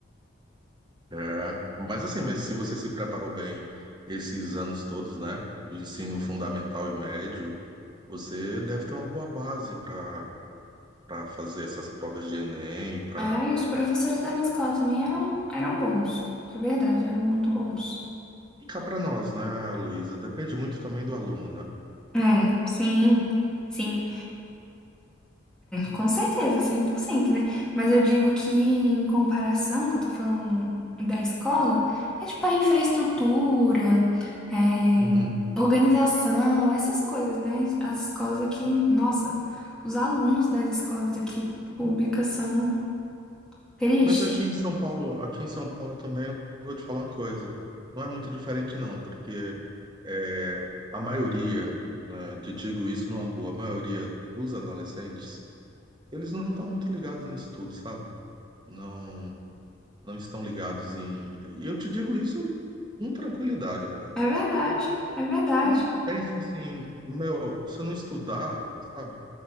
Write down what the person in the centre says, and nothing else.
É, e os professores da minha escola também eram, eram bons, de verdade, eram muito bons.
É, sim, sim. Com certeza, 100% né? Mas eu digo que, em comparação, que eu tô falando da escola, é tipo a infraestrutura, é,
organização, essas coisas, né? As escolas aqui, nossa, os alunos das escolas aqui públicas são triste.
É verdade, é verdade.